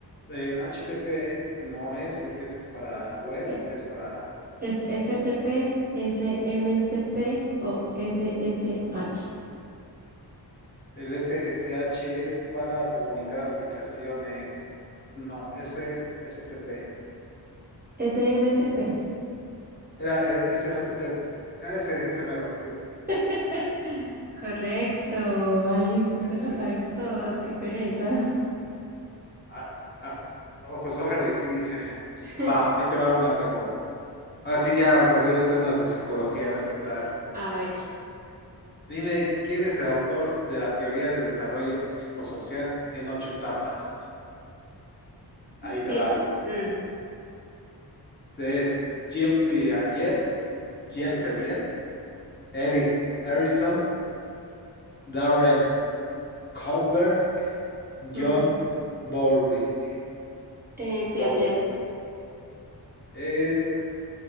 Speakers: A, on the left; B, on the right.
A: eh, HTTP no es porque ese es para web,
B: Eh,
A: es para...
B: Es FTP, SMTP o SSH.
A: El SSH es para comunicar aplicaciones. No, es el S T P.
B: SMTP.
A: Era el S M P T. Ah, ese, ese mero, sí.
B: <laughs> Correcto. Ay, usted
A: Este,
B: se las sabe todas. Qué pereza.
A: ah, ah, oh, pues ojalá y sí. <laughs>
B: <laughs>
A: Va, ahí te va una, pero Ahora sí ya te voy a inventar unas de psicología, a ver qué tal.
B: A ver.
A: Dime, ¿quién es el autor de la teoría de desarrollo psicosocial en ocho etapas? Ahí te
B: Bien.
A: va.
B: Mm,
A: Es Jean Piaget, Jean
B: mm,
A: Piaget, Eric Erickson, Darren Kohlberg, John
B: mm.
A: Bowlby.
B: Eh, Piaget,
A: Bowlby. Eh,